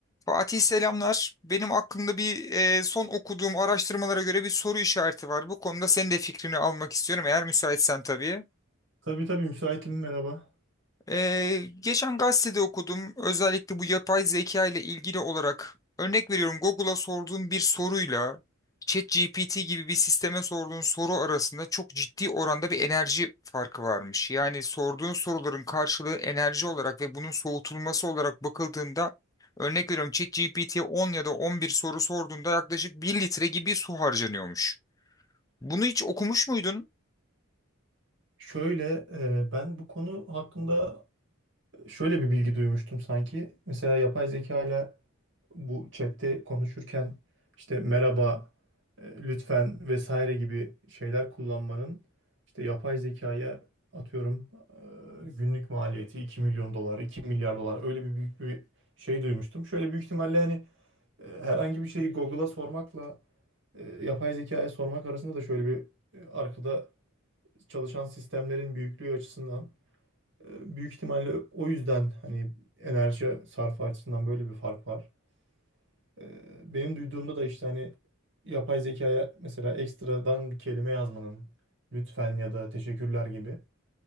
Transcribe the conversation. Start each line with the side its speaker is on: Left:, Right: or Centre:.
Left: Fatih selamlar. Benim aklımda bir e, son okuduğum araştırmalara göre bir soru işareti var. Bu konuda senin de fikrini almak istiyorum eğer müsaitsen tabii.
Right: Tabii tabii müsaitim merhaba.
Left: Ee, geçen gazetede okudum. Özellikle bu yapay zeka ile ilgili olarak örnek veriyorum Google'a sorduğun bir soruyla ChatGPT gibi bir sisteme sorduğun soru arasında çok ciddi oranda bir enerji farkı varmış. Yani sorduğun soruların karşılığı enerji olarak ve bunun soğutulması olarak bakıldığında örnek veriyorum ChatGPT'ye 10 ya da 11 soru sorduğunda yaklaşık bir litre gibi su harcanıyormuş. Bunu hiç okumuş muydun?
Right: Şöyle e, ben bu konu hakkında şöyle bir bilgi duymuştum sanki. Mesela yapay zeka ile bu chatte konuşurken işte merhaba, e, lütfen vesaire gibi şeyler kullanmanın işte yapay zekaya atıyorum e, günlük maliyeti 2 milyon dolar, iki milyar dolar öyle bir büyük bir şey duymuştum. Şöyle büyük ihtimalle hani e, herhangi bir şeyi Google'a sormakla e, yapay zekaya sormak arasında da şöyle bir e, arkada çalışan sistemlerin büyüklüğü açısından e, büyük ihtimalle o yüzden hani enerji sarfı açısından böyle bir fark var. E, Benim duyduğumda da işte hani yapay zekaya mesela ekstradan bir kelime yazmanın lütfen ya da teşekkürler gibi